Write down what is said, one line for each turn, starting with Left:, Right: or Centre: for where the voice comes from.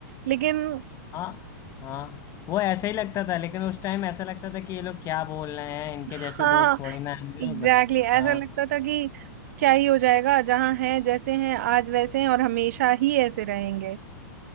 Right: लेकिन
Left: हाँ हाँ वो ऐसा ही लगता था लेकिन उस टाइम ऐसा लगता था कि ये लोग क्या बोल रहे हैं इनके
Right: हाँ
Left: जैसे दोस्त थोड़ी ना हैं हम लोग
Right: एग्जैक्टली exactly.
Left: हाँ
Right: ऐसा लगता था कि क्या ही हो जाएगा जहाँ हैं जैसे हैं आज वैसे हैं और हमेशा ही ऐसे रहेंगे